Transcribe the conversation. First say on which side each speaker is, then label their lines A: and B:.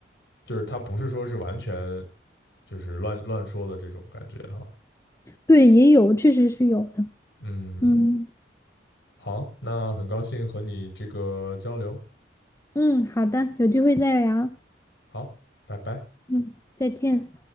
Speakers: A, on the left (about 70°); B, on the left (about 15°).
A: 就是它不是说是完全就是乱乱说的这种感觉哈。
B: 对，也有，确实是有的。
A: 嗯，
B: 嗯
A: 好，那很高兴和你这个交流，
B: 嗯，好的，有机会再聊。
A: 好，拜拜。
B: 嗯，再见。